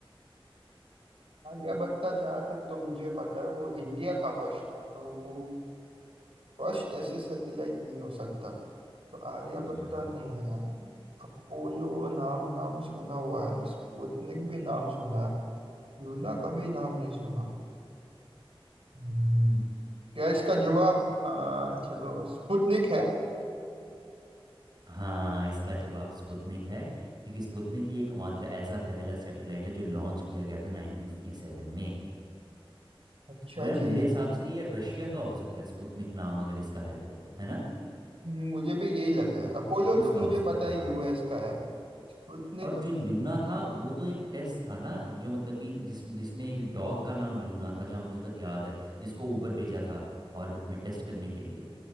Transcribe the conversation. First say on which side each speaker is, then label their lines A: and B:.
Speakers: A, on the right; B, on the right.
A: आलिया भट्ट का जहाँ तक तो मुझे पता है वो इंडिया का फर्स्ट था तो वो फर्स्ट ऐसे सैटेलाइट नहीं हो सकता तो आलिया भट्ट
B: हम्म
A: का नहीं है अपोलो नाम नाम सुना हुआ है स्पुतनिक भी नाम सुना है लूना का भी नाम नहीं सुना हम्म। क्या इसका जवाब आ, चलो स्पुतनिक है
B: हाँ इसका जवाब स्पुतनिक है क्योंकि स्पुतनिक ही एकमात्र ऐसा पहला सैटेलाइट है जो लॉन्च किया गया था 1957 में
A: अच्छा
B: और यार मेरे
A: जी
B: हिसाब से ये रशिया का हो सकता है स्पुतनिक नाम अगर इसका है तो है ना
A: हम्म, मुझे भी यही लग रहा है अपोलो
B: रूस
A: तो
B: का
A: मुझे
B: हो सकता
A: पता
B: है
A: है
B: हाँ
A: यूएस का है स्पुतनिक
B: और जो लूना था वो तो एक टेस्ट था ना जो मतलब कि जिस जिसमें एक डॉग का नाम लूना था जहाँ मुझे तक याद है जिसको ऊपर भेजा था ऑर्बिट में टेस्ट करने के लिए